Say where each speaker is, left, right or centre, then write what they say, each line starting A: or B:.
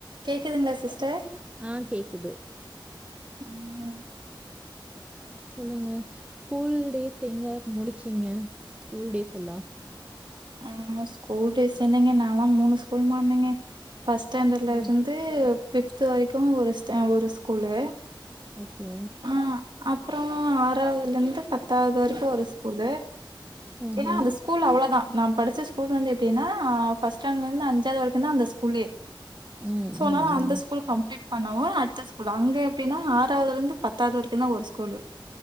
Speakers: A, on the right; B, on the right.
A: கேக்குதுங்ளா சிஸ்டர்
B: ஆ கேக்குது
A: ம்
B: சொல்லுங்க ஸ்கூல் டேஸ் எங்க முடிச்சீங்க ஸ்கூல் டேஸ் எல்லா
A: ஆ ஸ்கூல் டேஸ் என்னங்க நாலா மூணு ஸ்கூல் மாறுனெங்க ஃபஸ்ட் ஸ்டாண்டர்ட்ல
B: ஓ
A: இருந்து ஃபிஃப்து வரைக்கு ஒரு‌ ஸ்டே ஒரு ஸ்கூலு
B: ஓகே
A: அ அப்றோ ஆறாவ்துல இருந்து பத்தாவ்து வரைக்கு ஒரு ஸ்கூலு
B: ஆஹா
A: ஏனா அந்த ஸ்கூலு அவ்ளதா நா படிச்ச ஸ்கூல் வந்து எப்டின்னா ஃபஸ்ட் ஸ்டாண்டர்லருந்து அஞ்சாவ்து வரைக்கு தா அந்த ஸ்கூல்லே
B: ம்
A: சோ‌
B: ம்
A: நா அந்த
B: ம்
A: ஸ்கூல் கம்ப்ளீட் பண்ணவு அடுத்த ஸ்கூல் அங்க எப்டின்னா ஆறாதுலருந்து பத்தாது வரைக்கு தா ஒரு school